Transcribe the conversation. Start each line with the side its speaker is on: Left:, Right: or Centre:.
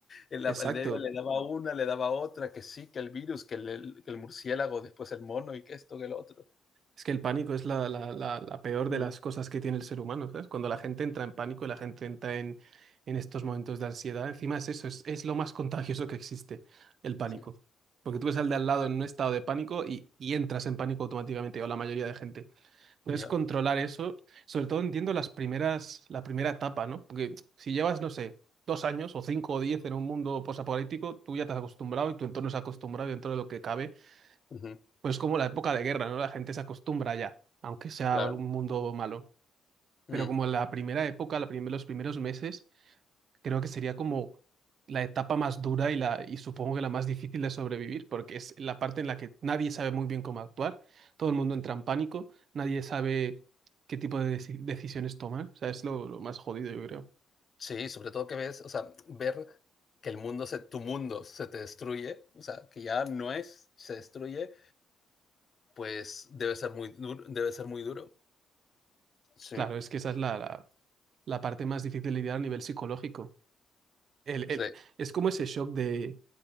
Left: en, la
Right: Exacto.
Left: pandemia le daba una, le daba otra, que sí, que el virus, que el, que el murciélago, después el mono y que esto, que el otro.
Right: Es que el pánico es la, la, la, la peor
Left: Mm,
Right: de las cosas que tiene el ser humano, ¿sabes? Cuando la gente entra en pánico y la gente entra en, en estos momentos de ansiedad, encima es eso, es, es lo más contagioso que existe, el pánico.
Left: sí,
Right: Porque tú ves al de al lado en un estado de pánico y, y entras en pánico automáticamente, o la mayoría de gente. Entonces,
Left: yeah.
Right: controlar eso, sobre todo entiendo las primeras, la primera etapa, ¿no? Porque si llevas, no sé, dos años o cinco o diez en un mundo posapocalíptico, tú ya te has acostumbrado y tu entorno se ha acostumbrado y dentro de lo que cabe
Left: uh -huh,
Right: pues como la época de guerra, ¿no? La gente se acostumbra ya, aunque sea
Left: claro.
Right: algún mundo malo. Pero
Left: Mm,
Right: como la primera época, la prim- los primeros meses, creo que sería como la etapa más dura y, la, y supongo que la más difícil de sobrevivir, porque es la parte en la que nadie sabe muy bien cómo actuar, todo el mundo entra en pánico, nadie sabe qué tipo de deci- decisiones tomar. O sea, es lo, lo más jodido, yo creo.
Left: sí, sobre todo que ves, o sea, ver que el mundo, se, tu mundo se te destruye, o sea, que ya no es, se destruye pues debe ser muy duro, debe ser muy duro. Sí.
Right: Claro, es que esa es la, la, la parte más difícil de lidiar a nivel psicológico. el-
Left: Sí,
Right: el- es como ese shock de,